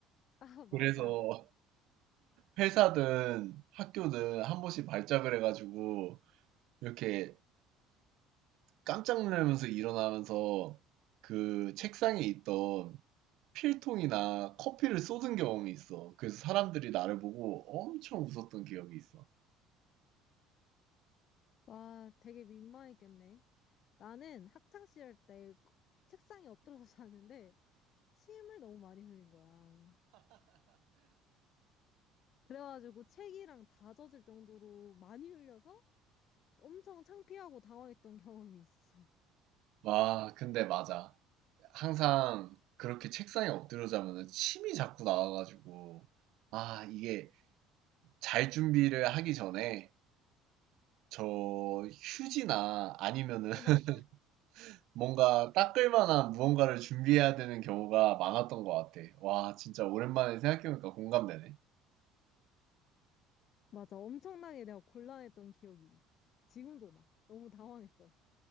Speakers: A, on the left (about 40°); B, on the right (about 60°).
A: <laughs> 아, 맞아.
B: 그래서 회사든 학교든 한 번씩 발작을 해가지고 이렇게 깜짝 놀라면서 일어나면서 그 책상에 있던 필통이나 커피를 쏟은 경험이 있어. 그래서 사람들이 나를 보고 엄청 웃었던 기억이 있어.
A: 와, 되게 민망했겠네. 나는 학창 시절 때 책상에 엎드려서 <laughs> 자는데 침을 너무 많이 흘린 거야. 그래가지고 책이랑 다 젖을 정도로 많이 흘려서 엄청 창피하고 당황했던 경험이 있어.
B: 와, 근데 맞아. 항상 그렇게 책상에 엎드려 자면은 침이 자꾸 나와가지고, 아, 이게 잘 준비를 하기 전에 저 휴지나 아니면은
A: 아,
B: <laughs>
A: 맞아.
B: 뭔가 닦을 만한 무언가를 준비해야 되는 경우가 많았던 것 같아. 와, 진짜 오랜만에 생각해보니까 공감되네.
A: 맞아. 엄청나게 내가 곤란했던 기억이 지금도 나. 너무 당황했어.